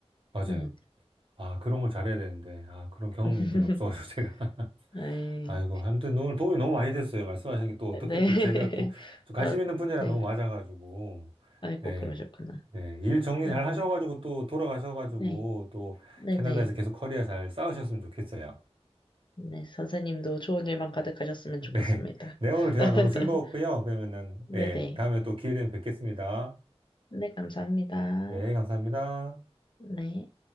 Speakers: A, on the right; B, on the left.
A: 맞아요.
B: 음.
A: 아, 그런 걸 잘해야 되는데. 아, 그런 경험들이
B: <laughs>
A: 없어가지고 제가. <laughs>
B: 네.
A: 아이고, 아무튼 오늘 도움이 너무 많이 됐어요. 말씀하신 게 또 어떻게
B: 네.
A: 또 제가 고,
B: <laughs>
A: 좀 관심
B: 아,
A: 있는 분야라
B: 네.
A: 너무 맞아가지고.
B: 아이고,
A: 네.
B: 그러셨구나.
A: 네, 일 정리
B: 네네.
A: 잘 하셔가지고 또 돌아가셔가지고
B: 네.
A: 또
B: 네네.
A: 캐나다에서 계속 커리어 잘 쌓으셨으면 좋겠어요.
B: 네, 선생님도 좋은 일만 가득하셨으면
A: <laughs> 네.
B: 좋겠습니다.
A: 네, 오늘 대화
B: <laughs>
A: 너무 즐거웠고요. 그러면은,
B: 네네.
A: 예, 다음에 또 기회 되면 뵙겠습니다.
B: 네, 감사합니다.
A: 네, 감사합니다.
B: 네.